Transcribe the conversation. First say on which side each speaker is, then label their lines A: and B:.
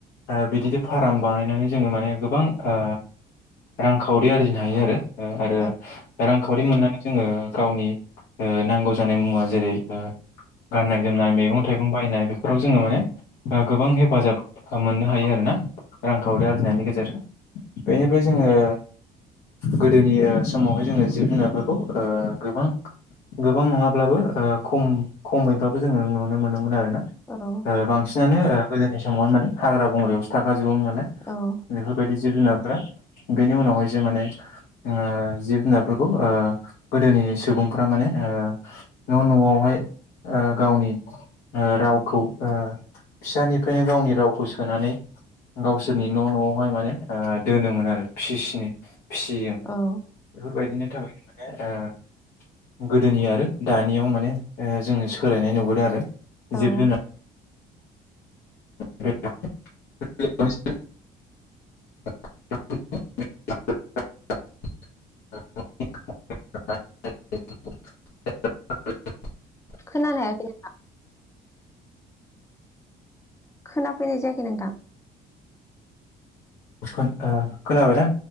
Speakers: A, on the left; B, on the left.
A: ओ बिदिनो फाराम बानायनानै जोङो माने गोबां ओ रांखावरि आरजिनो हायो आरो ओ आरो
B: औ
A: रांखावरि मोननानै जोङो गावनि ओ नांगौ जानाय मुवा जेरै ओ गाननाय जोमनाय मैगं थाइगं बायनाय बेफोराव जोङो माने ओ गोबां हेफाजाब ओ मोननो हायो आरोना रांखावरि आरजिनायनि गेजेरजों। बेनिफ्राय जों जोङो गोदोनि ओ समावहाय जोङो जिब-जुनारफोरखौ ओ गोबां गोबां नङा ब्लाबो ओ खम खमैबाबो जोङो नुनो मोनोमोन आरोना
B: औ
A: ओ बांसिनानो ओ गोदोनि समावहाय माने हाग्रा बंगायावसो थाखा ज जोबोमोन नालाय
B: औ
A: बेफोरबायदि जिब-जुनारफ्रा, बेनि उनावहायसो माने ओ जिब-जुनारफोरखौ ओ गोदोनि सुबुंफ्रा माने ओ न' न'आवहाय ओ गावनि ओ रावखौ ओ फिसानिफ्रायनो गावनि रावखौ सोनानै गावसोरनि न' न'आवहाय माने ओ दोनोमोन आरो फिसिस्नि फिसियोमोन
B: औ
A: बेफोरबायदिनो थाखायनो माने ओ गोदोनि आरो दानियाव माने ओ जोंनि सोलायनाय नुबोदों आरो
B: औ
A: जिब-जुनार <inaudible> <inaudible> <inaudible>
B: खोनानो हायाखै नोंथां खोनाफैनाय जायाखै नोंथां
A: खोन ओ खोनाबाय ना